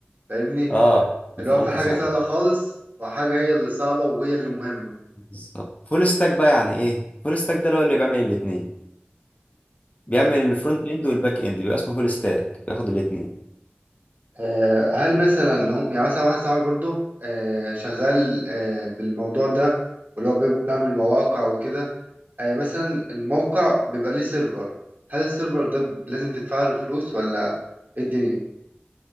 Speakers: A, on the right; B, on the left.
A: فاهمني
B: اه الفرونت
A: اللي هو في حاجه
B: سهل
A: سهله خالص وحاجه هي اللي صعبه وهي اللي مهمه
B: بالظبط فول ستاك بقى يعني ايه فول ستاك ده اللي هو اللي بيعمل الاثنين بيعمل
A: آه، ف-
B: الفرونت اند والباك اند بيبقى اسمه فول ستاك بياخد الاثنين
A: آه، هل مثلا هم يعني مثلا واحد صاحبي برضه آه، شغال آه، بالموضوع ده واللي هو بيب- بيعمل مواقع وكده آه، مثلا الموقع بيبقى ليه سيرفر هل السيرفر ده ب- لازم تدفع له فلوس ولا ايه الدنيا